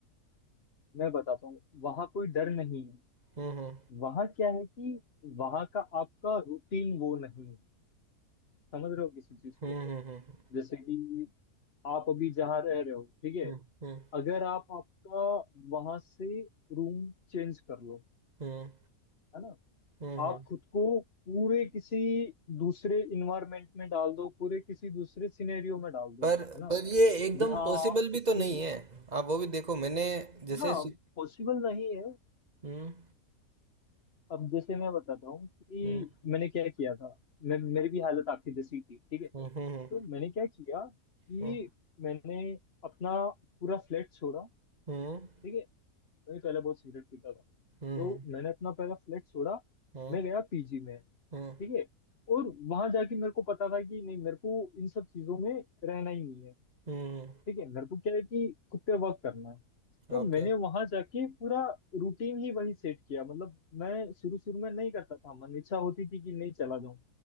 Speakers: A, on the left; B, on the right.
A: मैं बताता हूँ वहाँ कोई डर नहीं है
B: हम्म
A: वहाँ क्या है कि वहाँ का आपका रूटीन वो नहीं है समझ रहे हो किसी चीज
B: हम्म
A: को
B: हम्म हम्म
A: जैसे कि आप अभी जहाँ रह रहे हो ठीक है
B: हम्म हम्म
A: अगर आप आपका वहां से रूम चेंज कर लो
B: हम्म हम्म,
A: है ना
B: हम्म।
A: आप
B: हम्म।
A: खुद को पूरे किसी दूसरे इन्वायरमेंट में डाल दो पूरे किसी दूसरे सिनेरियो में डाल दो
B: पर
A: है ना
B: पर ये एकदम
A: जहाँ
B: पॉसिबल
A: आप किसी
B: भी तो नहीं है आप वो भी देखो मैंने जैसे
A: हाँ
B: सु-
A: पॉसिबल नहीं है
B: हम्म
A: अब जैसे मैं बताता हूँ कि
B: हम्म
A: मैंने क्या किया था मैं मेरी भी हालत आपकी जैसी थी ठीक है
B: हम्म
A: तो मैंने क्या किया कि
B: हम्म
A: मैंने अपना पूरा फ्लैट छोड़ा
B: हम्म
A: ठीक है मैं पहले बहुत सिगरेट पीता था
B: हम्म
A: तो
B: हम्म हम्म
A: मैंने अपना पहला फ्लैट छोड़ा
B: हम्म,
A: मैं गया पीजी में
B: हम्म,
A: ठीक है और वहां जाके मेरे को पता था कि नहीं मेरे को इन सब चीजों में रहना ही नहीं है
B: हम्म, हम्म,
A: ठीक है मेरे को क्या है कि खुद पे वर्क करना है तो
B: ओके
A: मैंने वहां जाके पूरा रूटीन ही वही सेट किया मतलब मैं शुरू शुरू में नहीं करता था मन इच्छा होती थी कि नहीं चला जाऊं